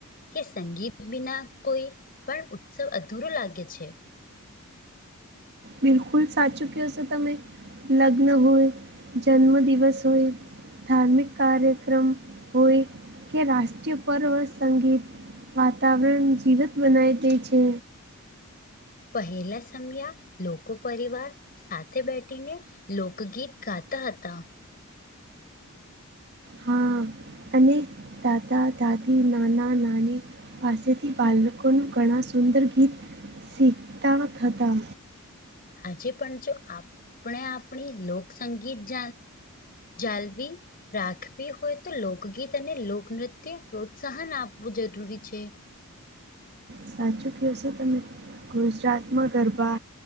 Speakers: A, on the left; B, on the right.
A: કે સંગીત બના કોઈ પણ ઉત્સવ અધૂરો લાગે છે
B: બિલકુલ સાચું ક છો તમે લગ્ન હોય જન્મ દિવસ હોય ધાર્મિક કાર્યક્રમ હોય કે રાષ્ટ્રીય પર્વ સંગીત વાતાવરણ જીવત બનાય દે છે
A: પહેલા સમયા લોક પરિવાર સાથે બેઠીને લોકગીત ગાતા હતા
B: હા અને દાદા દાદી નાના નાની પાસેથી બાળકોનું ઘણા સુંદર ગીત શીખતા હતા
A: આજે પણ જો આપણે આપણી લોકસંગીત જ જાલ્વી રાખવી હોય તો લોકગીત અને લોકનૃત્ય પ્રોત્સાહન આપવું જરૂરી છે
B: સાચું કહેશો તમે ગુજરાતમાં ગરબા